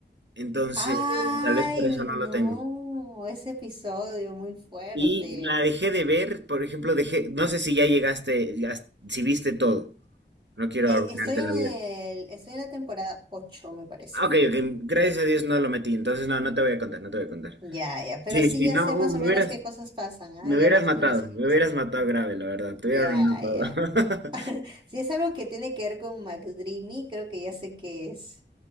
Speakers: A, on the right; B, on the right.
A: Entonces,
B: Ay,
A: tal vez por eso no
B: no,
A: lo tengo.
B: ese episodio muy fuerte.
A: Y la dejé de ver, por ejemplo, dejé, no sé si ya llegaste, ya- si viste todo. No quiero
B: Eh,
A: arruinarte
B: estoy en
A: la
B: el,
A: vida.
B: estoy en la temporada ocho me parece.
A: Ah, Ok, ok, gracias a Dios no lo metí, entonces no, no te voy a contar, no te voy a contar.
B: Ya, ya, pero
A: Sí,
B: sí
A: sí,
B: ya
A: no,
B: sé más
A: uh, me
B: o menos
A: hubieras,
B: qué cosas pasan. Ah,
A: me
B: ya
A: hubieras
B: más
A: matado,
B: o menos sé
A: me
B: qué cosas
A: hubieras matado
B: pasan.
A: grave, la verdad,
B: Ya,
A: te hubiera arruinado todo.
B: ya.
A: <laughs>
B: Si es algo que tiene que ver con McDreamy, creo que ya sé qué es.